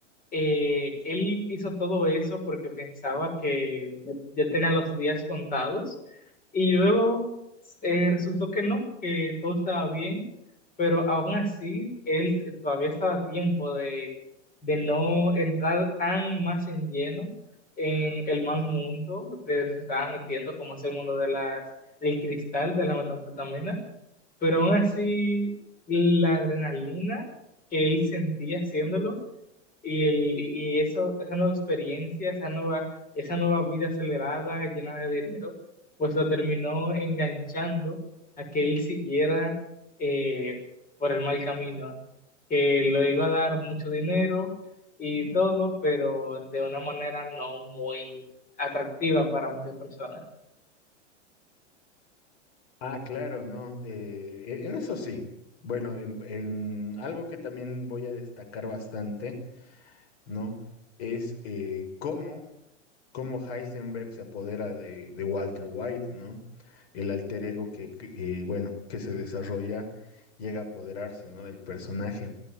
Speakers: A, on the left (about 25°); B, on the left (about 60°).
A: Eh, él hizo todo eso porque pensaba que ya ya tenía los días contados y luego eh, resultó que no, que todo estaba bien, pero aún así él todavía estaba a tiempo de, de no entrar tan más en lleno en el mal mundo de donde se estaba metiendo, como es el mundo de las, del cristal, de la metanfetamina pero aún así la adrenalina que él sentía haciéndolo y, el, y y eso, esa nueva experiencia, esa nueva, esa nueva vida acelerada, llena de dinero, pues lo terminó enganchando a que él siguiera eh, por el mal camino, que le iba a dar mucho dinero y todo, pero de una manera no muy atractiva para muchas personas.
B: Ah, claro, no. eh, e- en eso sí. Bueno, en, en algo que también voy a destacar bastante, ¿no? Es eh, cómo. cómo Heisenberg se apodera de, de Walter White, ¿no? El alter ego que, que, eh, bueno, que se desarrolla llega a apoderarse, ¿no? Del personaje.